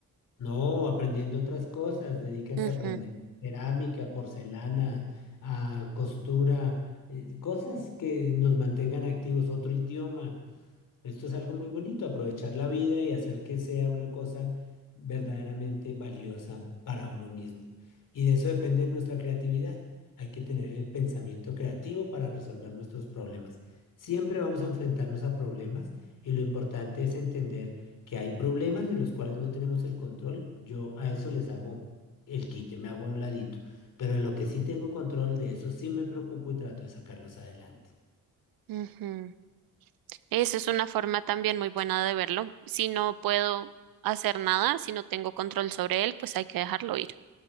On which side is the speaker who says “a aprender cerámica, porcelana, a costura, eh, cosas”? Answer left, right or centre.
Left